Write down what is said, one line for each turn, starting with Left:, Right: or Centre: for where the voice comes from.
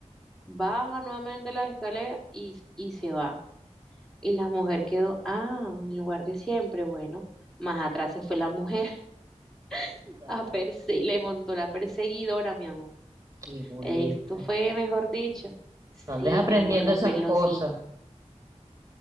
Centre: baja nuevamente las escaleras y, y se va. Y la mujer quedó, ah, en el lugar de siempre, bueno. Más atrás se fue la mujer
Right: ¿Verdad?
Centre: <laughs> a perse- le montó la perseguidora, mi amor.
Right: Qué boleta.
Centre: Esto fue, mejor dicho. Sí,
Right: No andes aprendiendo
Centre: mi amor, lo,
Right: esas
Centre: pe- lo,
Right: cosas.
Centre: si-